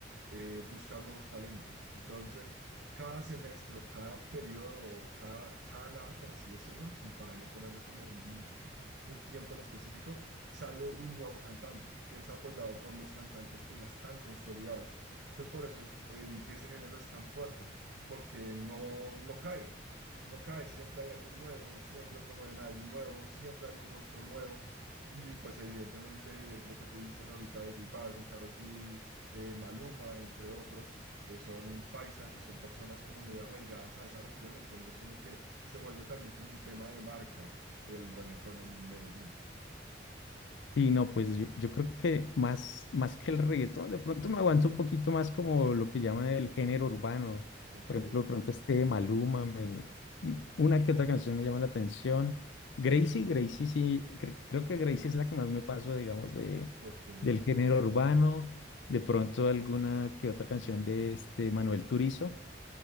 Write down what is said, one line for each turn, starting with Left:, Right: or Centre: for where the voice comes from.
Right: eh, buscar nuevos talentos. Entonces, cada semestre o cada periodo o cada, cada nada, por así decirlo, sin para no ponerle como un, un tiempo en específico, sale un nuevo cantante que es apoyado por los cantantes que ya están consolidados. Entonces, por eso el, el ese género es tan fuerte, porque no, no cae, no cae, siempre hay alguien nuevo, siempre promueven a alguien nuevo, siempre hay un rostro nuevo. Y pues evidentemente lo que tú dices ahorita de J Balvin, Karol G, eh, Maluma, entre otros, eh, son paisas y son personas como muy arraigadas a esa región, entonces como que se vuelve también como un tema de marca, que el reggaetón en Medellín.
Left: Sí, no, pues yo, yo creo que más, más que el reggaetón, de pronto me aguanto un poquito más como lo que llaman el género urbano.
Right: Ok,
Left: Por ejemplo, de pronto este de Maluma, me, m- una que otra canción me llama la atención. Gracie, Gracie sí, cre- creo que Gracie es la que más me paso, digamos, de,
Right: ok.
Left: del género urbano. De pronto alguna que otra canción de este Manuel Turizo.